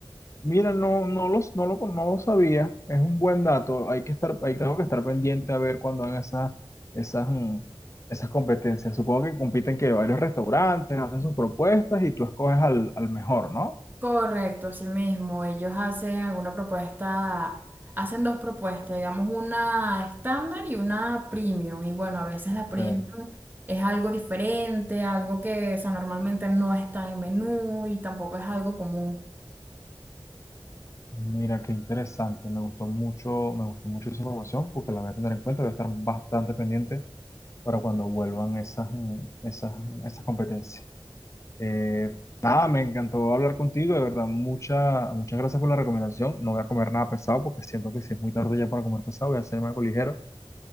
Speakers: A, on the left; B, on the right.
A: Mira, no, no los, no lo, con- no lo sabía. Es un buen dato. Hay que estar, hay, tengo que estar pendiente a ver cuando hagan esas, esas, mm, esas competencias. Supongo que compiten que varios restaurantes hacen sus propuestas y tú escoges al, al mejor, ¿no?
B: Correcto, así mismo. Ellos hacen alguna propuesta, hacen dos propuestas, digamos una estándar y una premium. Y bueno, a veces la premium
A: Ok.
B: es algo diferente, algo que o sea, normalmente no está en el menú y tampoco es algo común.
A: Mira, qué interesante. Me gustó mucho, me gustó mucho esa información porque la voy a tener en cuenta. Voy a estar bastante pendiente para cuando vuelvan esas, esas, esas competencias. Eh, nada, me encantó hablar contigo, de verdad, mucha, muchas gracias por la recomendación. No voy a comer nada pesado porque siento que si es muy tarde ya para comer pesado, voy a hacerme algo ligero.